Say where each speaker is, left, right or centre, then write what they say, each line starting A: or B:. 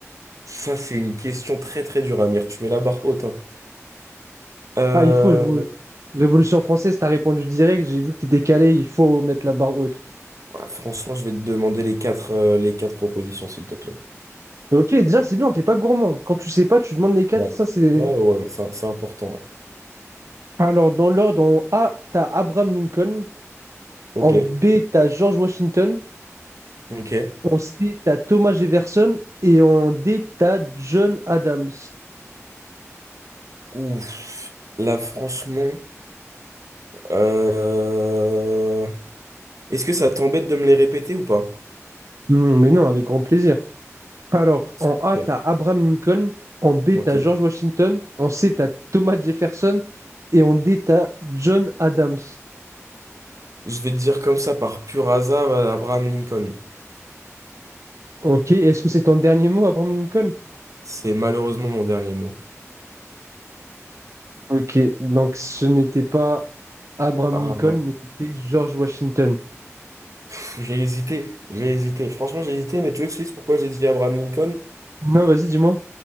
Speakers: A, on the right; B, on the right.
A: Ça, c'est une question très très dure, Amir. Tu mets la barre haute, hein. Euh,
B: Ah, il faut, je vous... Révolution française, t'as répondu direct. J'ai vu que t'étais calé, il faut mettre la barre haute.
A: ouais, franchement, je vais te demander les quatre, euh, les quatre propositions, s'il te plaît.
B: Mais Ok, déjà, c'est bien, t'es pas gourmand. Quand tu sais pas, tu demandes les quatre.
A: Ouais.
B: Ça, c'est.
A: Ouais, ouais, ouais, ouais, ça- c'est important, ouais.
B: Alors, dans l'ordre, en A, t'as Abraham Lincoln.
A: Ok.
B: En B, t'as George Washington.
A: Ok.
B: En C, t'as Thomas Jefferson. Et en D, t'as John Adams.
A: Ouf. Là, franchement. euh, Est-ce que ça t'embête de me les répéter ou pas?
B: Hmm, mais non, avec grand plaisir. Alors,
A: Super.
B: en A, t'as Abraham Lincoln. En B,
A: Ok.
B: t'as George Washington. En C, t'as Thomas Jefferson. Et en D, t'as John Adams.
A: Je vais te dire comme ça, par pur hasard, euh, Abraham Lincoln.
B: Ok, est-ce que c'est ton dernier mot, Abraham Lincoln?
A: C'est malheureusement mon dernier mot.
B: Ok, donc ce n'était pas Abraham
A: Ah,
B: Lincoln, mais c'était George Washington.
A: pff, j'ai hésité, j'ai hésité. Franchement, j'ai hésité, mais tu veux que je te dise pourquoi j'ai dit Abraham Lincoln?
B: Non, vas-y, dis-moi.